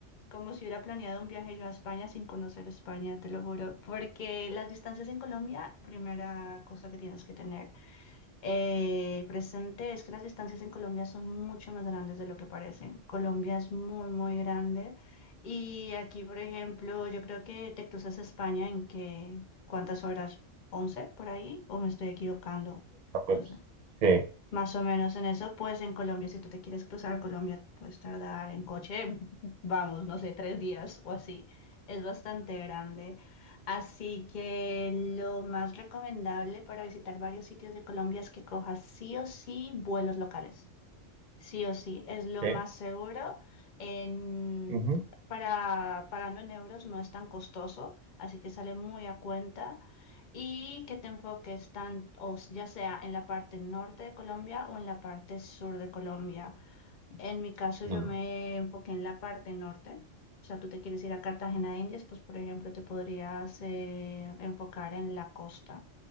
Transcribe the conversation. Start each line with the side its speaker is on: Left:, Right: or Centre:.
Left: como si hubiera planeado un viaje yo a España sin conocer España, te lo juro, porque las distancias en Colombia, primera cosa que tienes que tener eh, presente es que las distancias en Colombia son mucho más grandes de lo que parecen. Colombia es muy, muy grande y aquí, por ejemplo, yo creo que te cruzas a España en que, ¿cuántas horas? once por ahí? ¿O me estoy equivocando?
Right: Ah, pues,
Left: No sé.
Right: Sí,
Left: Más o menos en eso, pues en Colombia, si tú te quieres cruzar a Colombia, puedes tardar en coche, <laughs> vamos, no sé, tres días o así. Es bastante grande. Así que lo más recomendable para visitar varios sitios de Colombia es que cojas sí o sí vuelos locales. Sí o sí, es lo
Right: sí.
Left: más seguro. En-
Right: ujú,
Left: para pagando en euros no es tan costoso, así que sale muy a cuenta. Y que te enfoques tan, o s- ya sea en la parte norte de Colombia o en la parte sur de Colombia. En mi caso,
Right: no,
Left: yo me enfoqué en la parte norte. O sea, tú te quieres ir a Cartagena de Indias, pues por ejemplo, te podrías eh, enfocar en la costa.